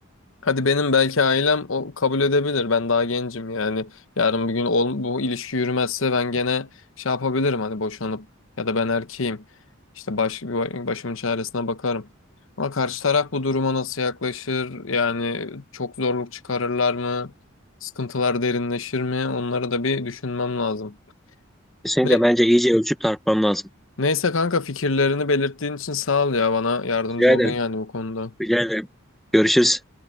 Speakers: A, on the left; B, in the centre.
A: Hadi benim belki ailem o kabul edebilir. Ben daha gencim yani. Yarın bir gün ol- bu ilişki yürümezse ben gene şey yapabilirim hani boşanıp ya da ben erkeğim. İşte baş, başımın çaresine bakarım. Ama karşı taraf bu duruma nasıl yaklaşır? Yani çok zorluk çıkarırlar mı? Sıkıntılar derinleşir mi? Onları da bir düşünmem lazım.
B: Kesinlikle
A: Ne,
B: bence iyice ölçüp tartman lazım.
A: neyse kanka fikirlerini belirttiğin için sağ ol ya bana yardımcı
B: Rica
A: oldun
B: ederim.
A: yani bu konuda.
B: Rica ederim. Görüşürüz.